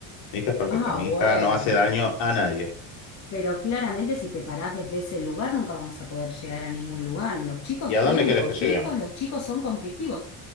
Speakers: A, on the left (about 60°); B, on the left (about 35°).
A: Mi hija es perfecta.
B: Ah,
A: Mi
B: bueno.
A: hija no hace daño a nadie.
B: Pero claramente si te parás desde ese lugar nunca vamos a poder llegar a ningún lugar. Los chicos
A: ¿Y a dónde
B: tienen
A: querés
B: conflictos,
A: que lleguemos?
B: los chicos son conflictivos.